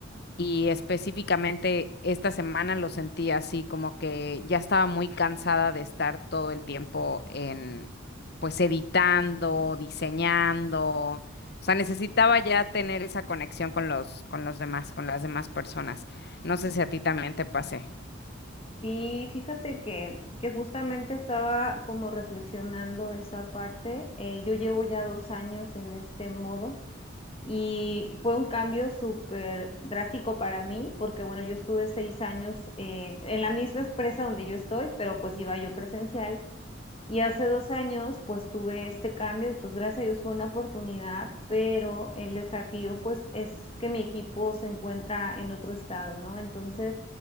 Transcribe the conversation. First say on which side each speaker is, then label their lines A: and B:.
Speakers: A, on the left (about 50°); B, on the left (about 30°).
A: Y específicamente esta semana lo sentí así, como que ya estaba muy cansada de estar todo el tiempo en, pues, editando, diseñando. O sea, necesitaba ya tener esa conexión con los, con los demás, con las demás personas. No sé si a ti también te pasé.
B: Sí, fíjate que, que justamente estaba como reflexionando esa parte. Eh, yo llevo ya dos años en este modo. Y fue un cambio súper drástico para mí, porque bueno, yo estuve seis años eh, en la misma empresa donde yo estoy, pero pues iba yo presencial. Y hace dos años, pues tuve este cambio y pues gracias a Dios fue una oportunidad, pero el desafío pues es que mi equipo se encuentra en otro estado, ¿no? Entonces